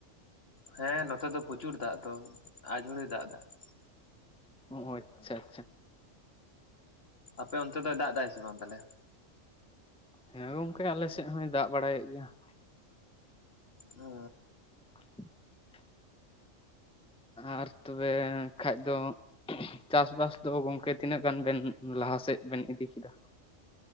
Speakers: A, on the left; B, in the centre.
A: ᱦᱮᱸ ᱱᱚᱛᱮ ᱫᱚ ᱯᱨᱚᱪᱩᱨ ᱫᱟᱜ ᱫᱚ ᱟᱡᱷᱩᱲᱟᱹ ᱫᱟᱜ ᱫᱟᱭ ᱾
B: ᱚ ᱟᱪᱪᱷᱟ ᱟᱪᱪᱷᱟ᱾
A: ᱟᱯᱮ ᱚᱱᱛᱮ ᱫᱚ ᱫᱟᱜ ᱮᱫᱟᱭ ᱥᱮ ᱵᱟᱝ ᱛᱟᱦᱚᱞᱮ?
B: ᱦᱮᱸ ᱜᱚᱝᱠᱮ ᱟᱞᱮ ᱥᱮᱫ ᱦᱚᱭ ᱫᱟᱜ ᱵᱟᱲᱟᱭᱮᱫ ᱜᱮᱭᱟ ᱾
A: ᱚᱻ
B: <unintelligible> ᱟᱨ ᱛᱚᱵᱮ ᱠᱷᱟᱡ ᱫᱚ ᱪᱟᱥᱵᱟᱥ ᱫᱚ ᱜᱚᱝᱠᱮ ᱛᱤᱱᱟᱹᱜ ᱜᱟᱱ ᱵᱮᱱ ᱞᱟᱦᱟᱥᱮᱫ ᱵᱮᱱ ᱤᱫᱤ ᱠᱮᱫᱟ?